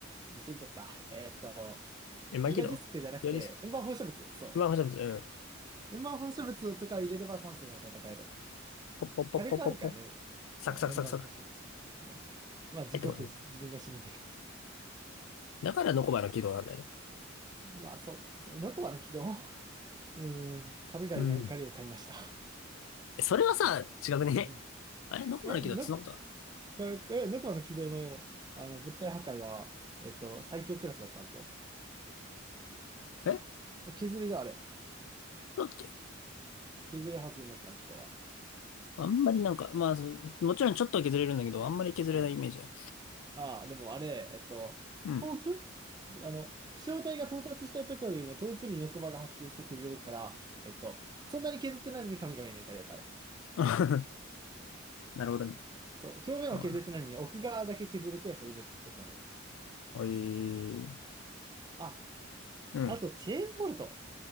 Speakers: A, on the right (about 20°); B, on the left (about 85°).
A: 忘れちゃった。えーっと、
B: え、マキドやりす
A: ギガディスクじゃなくて、円盤放射物。そ
B: まあ、ほしゃぶつ。うん。
A: う。円盤放射物とか入れれば酸素が戦える。
B: ポッポッポッポッポッポ。
A: 火力あるからね。
B: サクサクサクサク。
A: そう、円盤放射物。そうまあ、事故って自分が死ぬんだけど。
B: 入ってこい。だからノコバの軌道なんだよね。
A: まあ、そうだね。ノコマの軌道。<laughs> うーん、神狩りの怒りを買いました。
B: うん。えそれはさ、違くね
A: うん
B: あれノコバの軌道ってそんなことだ。
A: え、ノノコマの軌道の、あの物体破壊は、えっと、最強クラスだったんですよ。
B: え
A: 削れるあれ。
B: そうだっけ
A: 削れるはず、ノコマの軌道は。
B: あんまりなんか、まあ、そうもちろんちょっとは削れるんだけど、あんまり削れないイメージある。
A: うんああ、でもあれ、えっと、
B: うん。
A: 遠くあの、飛翔体が到達した時よりも遠くにノコバが発生して削れるから、えっと、そんなに削ってないのに神々の怒りを買う。
B: <laughs> なるほどね。
A: そう、表面は削ってないのに奥側だけ削れて、
B: だから、
A: それで怒られる。
B: おいー、
A: あ、
B: うん。
A: あと、チェーンボルト。